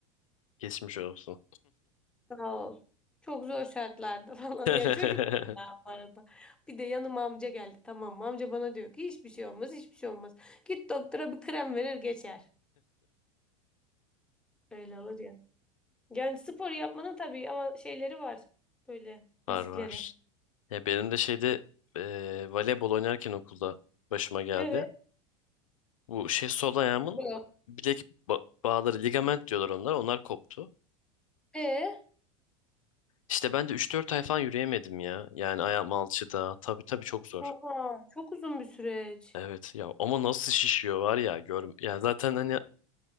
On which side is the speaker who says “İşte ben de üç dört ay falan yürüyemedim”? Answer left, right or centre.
Left